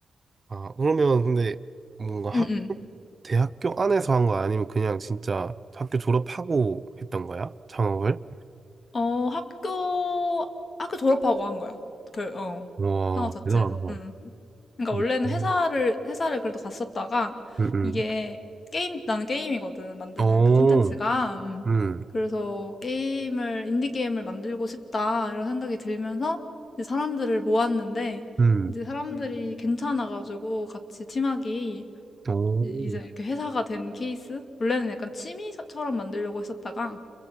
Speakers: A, on the right (about 30°); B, on the left (about 45°).
A: 아, 그러면 근데 뭔가 학,
B: 응, 응.
A: 대학교 안에서 한 거야? 아니면 그냥 진짜 학교 졸업하고 했던 거야? 창업을?
B: 어, 학교, 학교 졸업하고 한 거야. 그, 어,
A: 와,
B: 상업 자체는.
A: 대단하다.
B: 응. 그러니까
A: 음,
B: 원래는
A: 음.
B: 회사를 회사를 그래도 갔었다가
A: 음.
B: 이게 게임 나는 게임이거든 만드는
A: 오,
B: 그 컨텐츠가 음, 음.
A: 음,
B: 그래서 게임을 인디 게임을 만들고 싶다 이런 생각이 들면서 이제 사람들을 모았는데
A: 음.
B: 이제 음, 사람들이 괜찮아가지고 같이 팀하기
A: 오.
B: 이- 이제 이렇게 회사가 된 케이스 원래는 약간 취미처럼 만들려고 했었다가